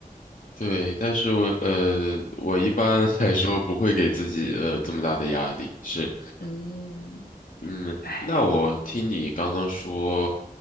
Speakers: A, on the left (about 55°); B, on the left (about 85°).
A: 对，但是我呃，我一般来说不会给自己呃这么大的压力，是，
B: <laughs> 嗯，
A: 嗯，
B: 哎，
A: 那我听你刚刚说，